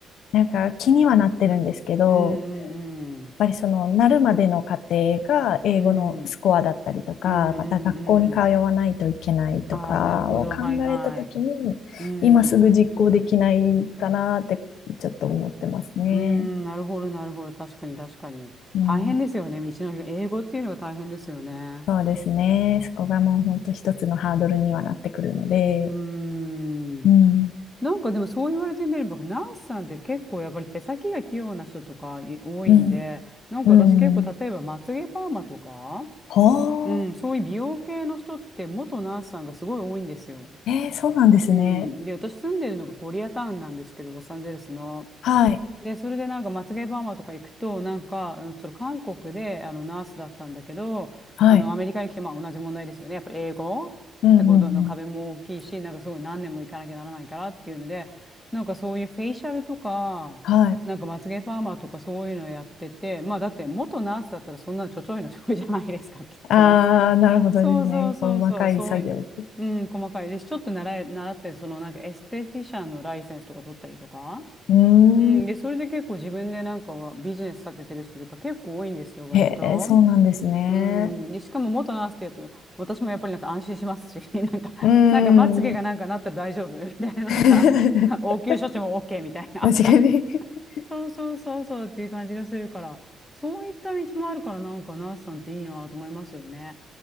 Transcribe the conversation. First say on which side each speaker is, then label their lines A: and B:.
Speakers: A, on the left; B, in the centre.
A: なんか気にはなってるんですけど、
B: うんうんうん。
A: ぱりその、なるまでの過程が英語のスコアだったりとか、
B: うん、うんうんうん。
A: また学校に通わないといけないとかを考えたときに、
B: ああ、なるほど。はいはい。うん。
A: 今すぐ実行できないかなってちょっと思ってますね。
B: うん、なるほど、なるほど。確かに、確かに。
A: うん。
B: 大変ですよね。道のりが。英語っていうのが大変ですよね。
A: そうですね。そこがもう本当一つのハードルにはなってくるので。
B: うーん。
A: うん。
B: なんかでもそう言われてみれば、ナースさんって結構やっぱり手先が器用な人とかい多いんで、
A: うん。
B: なんか私結構例えばまつげパーマとか、
A: うん。ほー。
B: うん、そういう美容系の人って元ナースさんがすごい多いんですよ。
A: えー、そうなんですね。
B: うん。で、私住んでるのがコリアタウンなんですけど、ロサンゼルスの。
A: はい。
B: で、それでなんか、まつげパーマとか行くと、なんか、うんその韓国で、あの、ナースだったんだけど、
A: はい。
B: あの、アメリカに来て、まあ、同じ問題ですよね。やっぱり英語ってことの壁も大きいし、
A: うんうんうん。
B: なんかすごい何年も行かなきゃならないからっていうので、なんかそういうフェイシャルとか、
A: はい。
B: なんかまつげパーマとかそういうのやってて、まあ、だって元ナースだったらそんなのちょちょいのちょいじゃないですか、きっと。
A: ああ、なるほどですね。
B: <laughs> そうそうそうそう、
A: この細かい作業って。
B: そういう。うん、細かい。で、ちょっと習え、習って、そのなんかエステティシャンのライセンスとか取ったりとか。
A: うーん。
B: うん、で、それで結構自分でなんかはビジネス立ててる人とか結構多いんですよ、割と。
A: へえ、そうなんですね。
B: うん。で、しかも元ナースって言うと、私もやっぱりなんか安心しますし、<laughs> なんか、
A: うー
B: なんかまつげがなんかなったら大丈夫みたいな、
A: ん。<laughs>
B: なんか、<laughs> 応急処置も OK みたいな。
A: 確かに。
B: <laughs>
A: <laughs>
B: そうそうそうそうっていう感じがするから、そういった道もあるからなんかナースさんっていいなと思いますよね。